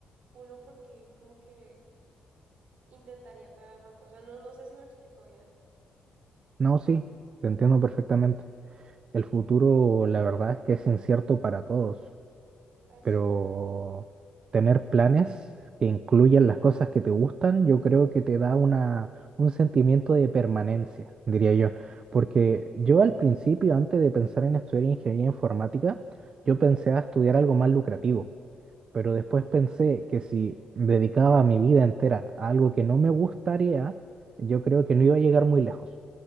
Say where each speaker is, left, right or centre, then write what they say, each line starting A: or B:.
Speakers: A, on the right; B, on the right.
A: uno porque como que intentaría entrar a ropa, o sea, no, no sé si me explico bien,
B: No, sí, te entiendo perfectamente. El futuro, la verdad es que es incierto para todos.
A: así.
B: pero tener planes que incluyan las cosas que te gustan, yo creo que te da una, un sentimiento de permanencia, diría yo. Porque yo al principio, antes de pensar en estudiar ingeniería informática, yo pensé a estudiar algo más lucrativo, pero después pensé que si dedicaba mi vida entera a algo que no me gustaría, yo creo que no iba a llegar muy lejos.